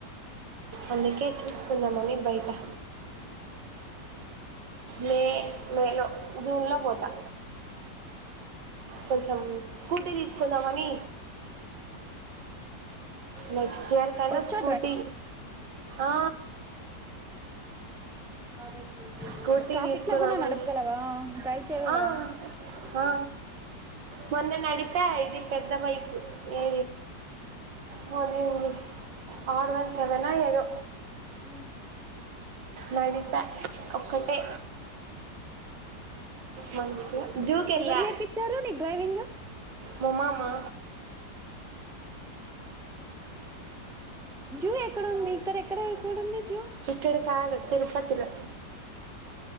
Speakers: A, on the right; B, in the centre.
A: అన్ని కేచ్చసుకున్నా మమ బైకా మ మేలో జూన్ లో పోతా కొంచెం స్కూటీ తీసుకుందామని నెక్స్ట్ ఇయర్ కనా
B: వచ్చా
A: స్కూటీ ఆ
B: అర
A: స్కూటీ
B: టఫక్లా
A: తీసుకుందామని
B: కూడాదుగాలవా డ్రైవ్ చేయగలవా
A: ఆ ఆ మొన్న న నడిప ఇది పెద్ద బైకు ఏ పోదది ఆరు వన్ సవనా ఏదో
B: అ
A: నడిత ఒక్కటే మంచించి జూకి ఎలా
B: ఎవరు నేర్పించారు నీకు డ్రైవింగ్
A: మమ మా
B: జూ ఎక్కడంది ఇక్కడ ఎక్కడ ఎక్కడుంది జూ
A: ఇక్కడ కాదు తిరుపతిలో